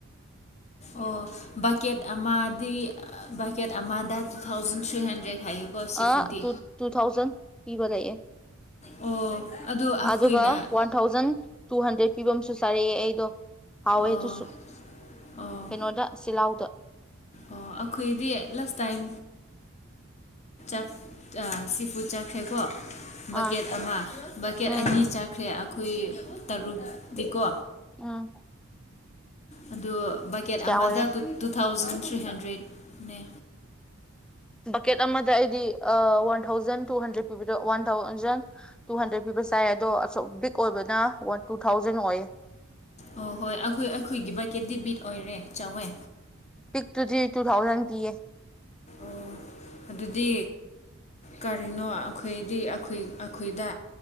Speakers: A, on the left; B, in the centre.
A: ꯑꯣ ꯕꯀꯦꯠ ꯑꯃꯗꯤ ꯕꯀꯦꯠ ꯑꯃꯗ ꯇꯨ ꯊꯥꯎꯖꯟ ꯊ꯭ꯔꯤ ꯍꯟꯗ꯭ꯔꯦꯗ ꯍꯥꯏꯌꯦꯀꯣ ꯁꯤꯐꯨꯗꯤ
B: ꯑ ꯇꯨ ꯇꯨ ꯊꯥꯎꯖꯟ ꯄꯤꯕ ꯂꯩꯑꯦ
A: ꯑꯣ ꯑꯗꯨ ꯑꯩꯈꯣꯏꯅ
B: ꯑꯗꯨꯒ ꯋꯥꯟ ꯊꯥꯎꯖꯟ ꯇꯨ ꯍꯟꯗ꯭ꯔꯦꯠ ꯐꯤꯕꯝꯁꯨ ꯆꯥꯔꯛꯑꯦ ꯑꯩꯗꯣ ꯍꯥꯎꯋꯦ
A: ꯑꯣ
B: ꯑꯗꯨꯁꯨ
A: ꯑꯣ
B: ꯀꯩꯅꯣꯗ ꯁꯤꯜꯂꯥꯎꯗ
A: ꯑꯣ ꯑꯩꯈꯣꯏꯗꯤ ꯂꯥꯁ ꯇꯥꯏꯝ ꯥꯛ ꯁꯤꯄ ꯆꯥꯈ꯭ꯔꯦꯀꯣ ꯕꯛꯀꯦꯠ
B: ꯑꯥ
A: ꯑꯃ ꯕꯛꯀꯦꯠ
B: ꯎꯝ
A: ꯑꯅꯤ ꯆꯥꯈ꯭ꯔꯦ ꯑꯩꯈꯣꯏ ꯇꯔꯨꯛꯇꯤꯀꯣ
B: ꯑꯥ
A: ꯑꯗꯨ ꯕꯛꯀꯦꯠ ꯑꯃꯗ
B: ꯑꯣꯏꯌꯦ
A: ꯇꯨ ꯊꯥꯎꯖꯟ ꯊ꯭ꯔꯤ ꯍꯟꯗ꯭ꯔꯦꯠꯅꯦ
B: ꯕꯛꯀꯦꯠ ꯑꯃꯗ ꯑꯩꯗꯤ ꯋꯥꯟ ꯊꯥꯎꯖꯟ ꯇꯨ ꯍꯟꯗ꯭ꯔꯦꯠ ꯄꯤꯕꯤꯔꯣ ꯋꯥꯟ ꯊꯥꯎꯖꯟ ꯇꯨ ꯍꯟꯗ꯭ꯔꯦꯠ ꯄꯤꯕ ꯆꯥꯏ ꯑꯗꯣ ꯑ ꯕꯤꯛ ꯑꯣꯏꯕꯅ ꯋꯥꯟ ꯇꯨ ꯊꯥꯎꯖꯟ ꯑꯣꯏꯌꯦ
A: ꯑꯣ ꯍꯣꯏ ꯑꯩꯈꯣꯏ ꯑꯩꯈꯣꯏꯒꯤ ꯕꯥꯀꯦꯗꯤꯕꯤꯠ ꯑꯣꯏꯔꯦ ꯆꯥꯎꯋꯦ
B: ꯄꯤꯛ ꯇꯨꯗꯤ ꯇꯨ ꯊꯥꯎꯖꯟ ꯇꯤꯌꯦ
A: ꯑꯣ ꯑꯗꯨꯗꯤ ꯀꯔꯤꯅꯣ ꯑꯩꯈꯣꯏꯗꯤ ꯑꯩꯈ ꯑꯩꯈꯣꯏꯗ